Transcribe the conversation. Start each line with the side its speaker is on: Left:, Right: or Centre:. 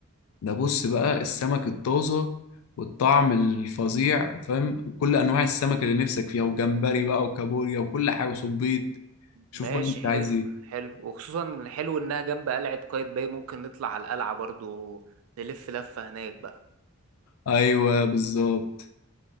Left: ده بص بقى السمك الطازه والطعم الفظيع فاهم كل انواع السمك اللي نفسك فيها وجمبري بقى وكابوريا وكل حاجه وصبيط شوف
Right: ماشي
Left: بقى انت
Right: حلو
Left: عايز ايه
Right: حلو وخصوصا حلو انها جنب قلعة قايتباي ممكن نطلع على القلعة برضو نلف لفة هناك بقى
Left: ايوه بالظبط